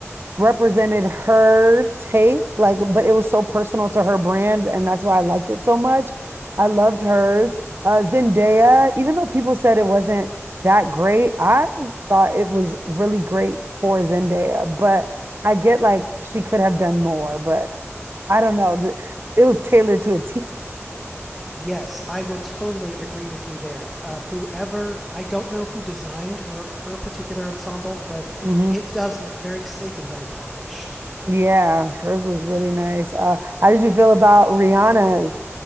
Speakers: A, on the right; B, in the centre.
A: represented her take like but it was so personal to her brand and that's why I liked it so much. I loved hers. Uh Zendaya, even though people said it wasn't that great, I thought it was really great for Zendaya, but I get like she could have done more, but I don't know. The- It was tailored to a
B: Yes, I will totally agree with you there. Uh, whoever, I don't know who designed her her particular ensemble, but
A: Mm-hmm.
B: it does look very sleek and very polished.
A: Yeah, hers was really nice. Uh, how did you feel about Rihanna's?